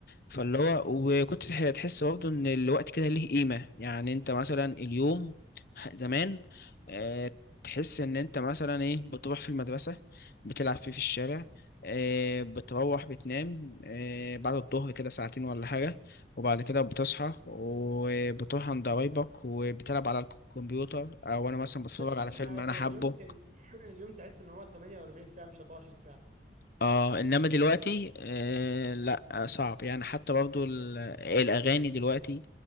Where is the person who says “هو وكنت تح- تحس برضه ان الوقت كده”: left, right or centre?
Left